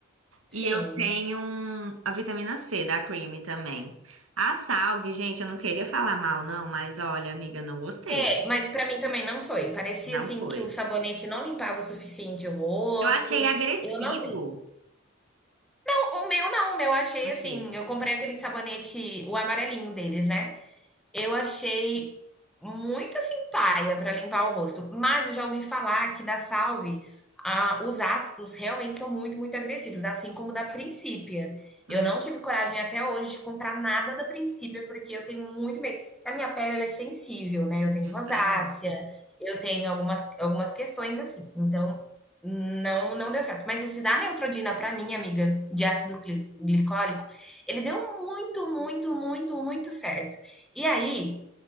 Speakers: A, in the centre; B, on the right.
A: Sim.
B: E eu tenho um- a vitamina C da Cream também. A Salve, gente, eu não queria falar mal não, mas olha, amiga, não gostei.
A: É, mas pra mim também não foi. Parecia,
B: Não
A: assim,
B: foi.
A: que o sabonete não limpava o suficiente o rosto.
B: Eu achei agressivo.
A: Eu não sei. Não, o meu não. O meu eu achei,
B: Achei.
A: assim, eu comprei aquele sabonete, o amarelinho deles, né? Eu achei muito assim paia para limpar o rosto, mas eu já ouvi falar que da Salve, a- os ácidos realmente são muito, muito agressivos, assim como da Princípia. Eu
B: Hum,
A: não tive coragem até hoje de comprar nada da Princípia, porque eu tenho muito medo. A minha pele ela é sensível, né? Eu tenho
B: justamente.
A: rosácea, eu tenho algumas, algumas questões assim. Então, não, não deu certo. Mas esse da Neutrodina, para mim, amiga, de ácido gli- glicólico, ele deu muito, muito, muito, muito certo. E aí,